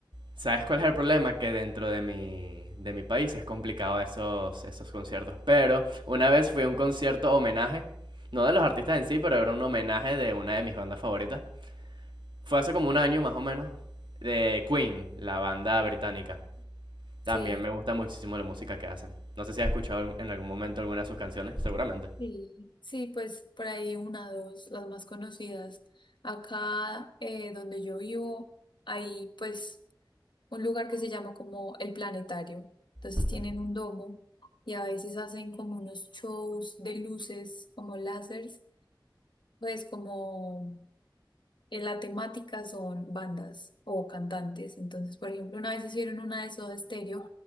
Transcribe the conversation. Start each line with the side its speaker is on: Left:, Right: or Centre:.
Right: ¿sabes cuál es el problema? Que dentro de mi, de mi país es complicado esos, esos conciertos. Pero una vez fui a un concierto homenaje, no de los artistas en sí, pero era un homenaje de una de mis bandas favoritas. Fue hace como un año más o menos, de Queen, la banda británica. También
Left: Sí,
Right: me gusta muchísimo la música que hacen. No sé si has escuchado en algún momento alguna de sus canciones, seguramente.
Left: sí, sí, pues por ahí una, dos, las más conocidas. Acá eh, donde yo vivo hay pues un lugar que se llama como el Planetario. Entonces
Right: Ujú.
Left: tienen un domo y a veces hacen como unos shows de luces, como lásers, pues como en la temática son bandas o cantantes. Entonces, por ejemplo, una vez hicieron una de Soda Stereo,